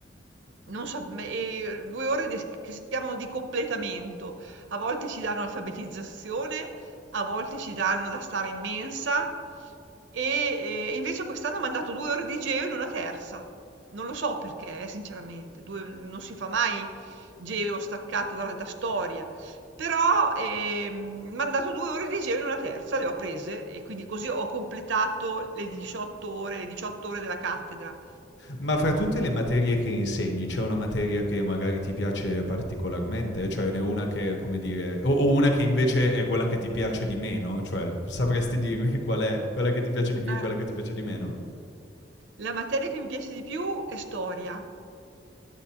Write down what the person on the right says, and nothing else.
Non sa me ehm, 2 ore des che si chiamano di completamento. A volte ci danno alfabetizzazione, a volte ci danno da stare in mensa e e invece quest'anno m'han dato 2 ore di geo in una terza. Non lo so perché eh, sinceramente, 2 non si fa mai geo staccata da da storia, però, ehm, m'han dato 2 ore di geo in una terza, le ho prese e quindi così ho completato le 18 ore le 18 ore della cattedra.
Eh.
La materia che mi piace di più è storia.